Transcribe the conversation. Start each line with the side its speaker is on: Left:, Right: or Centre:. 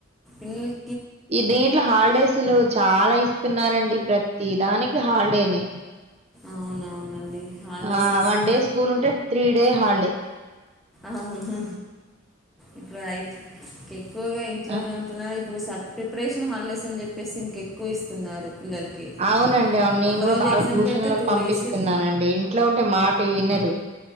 Centre: ఈ
Right: ఈ దీంట్లో హాలిడేస్లు చాలా ఇస్తున్నారండి. ప్రతి దానికి హాలీడేనే
Centre: అవునవునండి. హాలిడేసెస్
Right: ఆ వన్ డే స్కూల్ ఉంటే త్రీ డే హాల్డే
Centre: అవును ఇప్పుడుయి ఎక్కువగా ఇంట్లోనే
Right: ఆ
Centre: ఉంటున్నారు ఇప్పుడు సబ్ ప్రిపరేషన్ హాలిడేస్ అని చెప్పేసి ఇంక ఎక్కువ ఇస్తున్నారు పిల్లలకి.
Right: అవునండి అవును నేను
Centre: ఒకరోజు
Right: కూడా బాలభూషణ్లకు
Centre: ఎగ్జామ్ పెడితే
Right: పంపిస్తున్నానండి
Centre: డేస్
Right: ఇంట్లో ఉంటే మాట వినరు